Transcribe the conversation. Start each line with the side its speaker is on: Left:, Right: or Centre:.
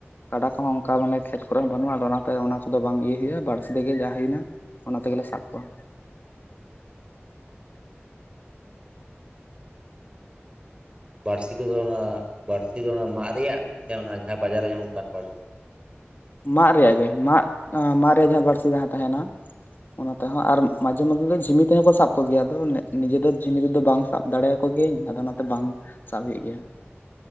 Left: ᱜᱟᱰᱟ ᱠᱚᱦᱚᱸ ᱚᱱᱠᱟ ᱢᱟᱱᱮ ᱠᱷᱮᱛ ᱠᱚᱨᱮ ᱦᱚᱸ ᱵᱟᱹᱱᱩᱜᱼᱟ ᱚᱱᱟᱛᱮ ᱚᱱᱟ ᱠᱚᱫᱚ ᱵᱟᱝ ᱤᱭᱟᱹᱦᱳᱭᱼᱟ ᱵᱟᱨᱥᱤ ᱛᱮᱜᱮ ᱡᱟ ᱦᱩᱭᱮᱱᱟ᱾ ᱚᱱᱟᱹ ᱛᱤᱜᱤᱞᱮ ᱥᱟᱶ ᱠᱚᱣᱟ
Right: ᱵᱟᱹᱲᱥᱤ ᱠᱚᱫᱚ ᱚᱱᱟ ᱵᱟᱹᱲᱥᱤ ᱫᱚ ᱚᱱᱟ ᱢᱟᱹ ᱨᱮᱭᱟᱹ ᱥᱮ ᱚᱱᱟ ᱡᱟᱦᱟᱸ ᱵᱟᱡᱟᱨ ᱨᱮ ᱧᱟᱢᱚᱜ ᱚᱱᱠᱟ ᱱᱟᱜ ᱟᱹᱲᱥ
Left: ᱢᱟᱹ ᱨᱮᱭᱟᱜ ᱜᱮ ᱢᱟᱹ ᱡᱟᱸᱦᱟ ᱵᱟᱲᱸᱥᱤ ᱛᱟᱦᱮᱱᱟ ᱚᱱᱟ ᱛᱮᱸᱦᱚᱸ ᱟᱨ ᱢᱟᱡᱷᱮ ᱢᱟᱡᱷᱮ ᱫᱚ ᱡᱷᱤᱢᱤ ᱛᱮᱸᱦᱚᱸ ᱠᱚ ᱥᱟᱵ ᱠᱚᱜᱮᱭᱟ ᱟᱫᱚ ᱱᱤᱡᱮ ᱫᱚ ᱡᱷᱤᱢᱢᱤ ᱛᱮᱫᱚ ᱵᱟᱝ ᱥᱟᱵ ᱫᱟᱲᱮᱭᱟᱠᱚ ᱜᱤᱭᱟᱹᱧ ᱟᱫᱚ ᱚᱱᱟᱛᱮ ᱵᱟᱝ ᱥᱟᱵ ᱦᱩᱭᱩᱜ ᱜᱮᱭᱟ